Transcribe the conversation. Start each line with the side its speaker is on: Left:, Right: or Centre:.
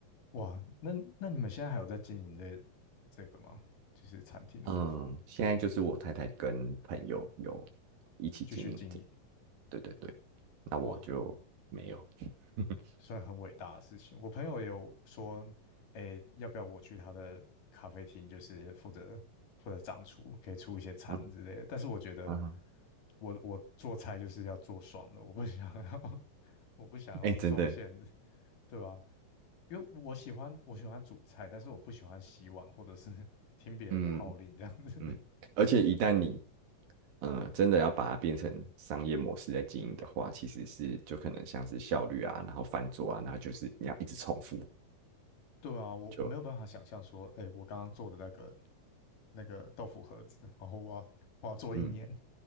Left: 哇，那那你们现在还有在经营这这个吗？就是餐厅的部分，
Right: 嗯，现在就是我太太跟朋友有一起经营这样，
Left: 继续经营。
Right: 对对对，那我就没有。
Left: 哇，
Right: <laughs>
Left: 算很伟大的事情。我朋友也有说，诶，要不要我去他的咖啡厅，就是负责负责掌厨，可以出一些餐之类的。
Right: 嗯
Left: 但是我觉得
Right: 嗯，
Left: 我，我做菜就是要做爽的，我不想要，<laughs> 我不想要受限，
Right: 哎、真的，
Left: 对吧？因为我喜欢我喜欢煮菜，但是我不喜欢洗碗或者是 <laughs> 听别人的号令这样子。
Right: 嗯嗯，而且一旦你呃真的要把它变成商业模式在经营的话，其实是就可能像是效率啊，然后翻桌啊，然后就是你要一直重复，
Left: <laughs> 对啊，我我没有办法想象说，
Right: 就
Left: 诶，我刚刚做的那个那个豆腐盒子，然后我要我要做一年。
Right: 嗯，